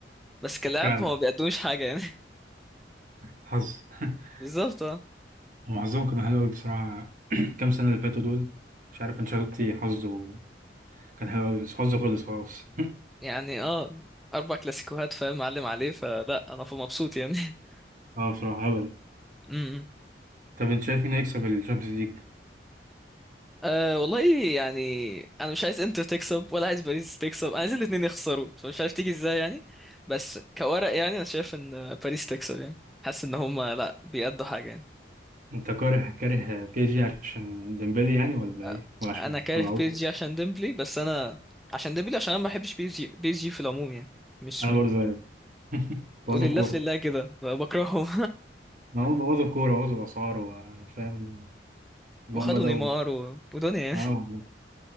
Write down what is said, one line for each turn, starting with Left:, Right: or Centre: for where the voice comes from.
Centre: بس كلاعب
Right: فعلا
Centre: هما ما بيقدموش حاجة يعني
Right: حظ <laughs>
Centre: بالظبط اه
Right: هم حظهم كان حلو أوي بصراحة <clears throat> كام سنة اللي فاتوا دول مش عارف أنشيلوتي حظه كان حلو أوي بس حظه خلص خلاص
Centre: يعني اه اربع كلاسيكوهات فاهم معلم عليه فلا انا مبسوط يعني <laughs>
Right: <laughs> اه بصراحة هبل
Centre: امم
Right: طب أنت شايف مين هيكسب الشامبيونز ليج؟
Centre: أه والله يعني انا مش عايز انتر تكسب ولا عايز باريس تكسب انا عايز الاتنين يخسروا فمش عارف تيجي ازاي يعني بس كورق يعني انا شايف ان باريس تكسب يعني حاسس ان هما لا بيأدوا حاجة يعني
Right: أنت كاره كاره بي جي عشان ديمبلي يعني ولا
Centre: آه،
Right: إيه؟ ولا عشان
Centre: انا كاره
Right: طلعوكوا؟
Centre: بي اس جي عشان ديمبلي بس انا عشان ديمبلي عشان انا ما بحبش بي اس جي بي اس جي في العموم يعني مش
Right: أنا
Centre: من
Right: برضه زيك <laughs> بوظوا
Centre: ولله
Right: الكورة
Centre: في لله كده بكرههم
Right: ما هم بوظوا الكورة بوظوا الأسعار وفاهم
Centre: <laughs>
Right: هم
Centre: وخدوا
Right: بدأوا
Centre: نيمار و... ودنيا يعني.
Right: اه والله